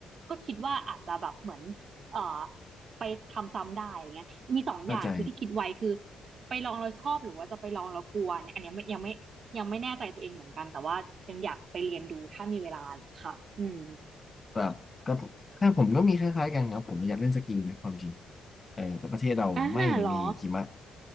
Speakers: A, on the right; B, on the left.
A: ก็คิดว่าอาจจะแบบเหมือนเอ่อไปทำซ้ำได้อะไรเงี้ยมีสองอย่างคือที่คิดไว้คือ
B: เข้าใจ
A: ไปลองเราชอบหรือว่าจะไปลองเรากลัวเนี่ยอันเนี้ยไม่ยังไม่ยังไม่แน่ใจตัวเองเหมือนกันแต่ว่ายังอยากไปเรียนดูถ้ามีเวลาค่ะอืม
B: แบบก็ถ้าผมก็มีคล้ายๆกันครับผมอยากเล่นสกีนะความจริงเออแต่ประเทศเราไม่มีหิมะ
A: อ่าเหรอ